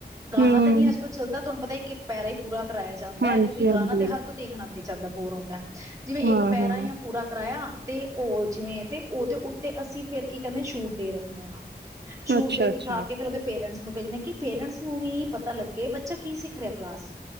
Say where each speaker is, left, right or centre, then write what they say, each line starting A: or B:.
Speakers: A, on the right; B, on the right.
A: ਗਾਣਾ
B: ਹਮ
A: ਤਾਂ ਨੀ ਅੱਜ- ਕੱਲ ਚੱਲਦਾ, ਤੁਹਾਨੂੰ ਪਤਾ ਇੱਕ- ਇੱਕ ਪੈਰਾ ਹੀ ਪੂਰਾ ਕਰਵਾਇਆ ਜਾਂਦਾ
B: ਹਾਂਜੀ
A: ਹੈ, ਕਿਉਂਕਿ
B: ਹਾਂਜੀ
A: ਗਾਣਾ ਤੇ ਹਰ ਕੋਈ ਦੇਖਣਾ ਵੀ ਨਹੀਂ ਚਦਾ ਬੋਰ ਹੁੰਦਾ ਏ ਜਿਵੇਂ
B: ਹਾਂ
A: ਇੱਕ ਪੈਰਾ
B: ਹਾਂ
A: ਯਾ ਪੂਰਾ ਕਰਾਇਆ। ਤੇ ਉਹ ਜਿਵੇਂ ਤੇ ਉਹਦੇ ਉ ਤੇ ਅਸੀਂ ਫਿਰ ਕੀ ਕਹਿੰਣੇ ਹਾਂ ਛੂਡੇ ਰੱਖਣੇ ਹਾਂ, ਛੂਡੇ
B: ਅੱਛਾ
A: ਦਿਖਾ
B: ਅੱਛਾ
A: ਕੇ ਫਿਰ ਉਹਦੇ ਰੈਡਸ ਭੇਜ ਨੇ ਕਿ ਪੇਰੈਂਟਸ ਨੂੰ ਵੀ ਪਤਾ ਲੱਗੇ ਬੱਚਾ ਕੀ ਸਿੱਖ ਰਿਹਾ ਕਲਾਸ 'ਚ,